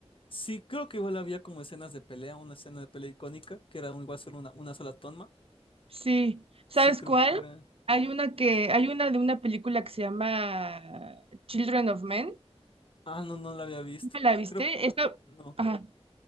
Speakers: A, on the left; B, on the right.
A: Sí, creo que igual había como escenas de pelea, una escena de pelea icónica, que era un- igual solo una, una sola toma.
B: Sí, ¿sabes
A: Sí, creo
B: cuál?
A: que era.
B: Hay una que, hay una de una película que se llama Children of Men.
A: Ah, no, no la había visto.
B: ¿Me la viste?
A: Creo,
B: Esa,
A: no.
B: ajá.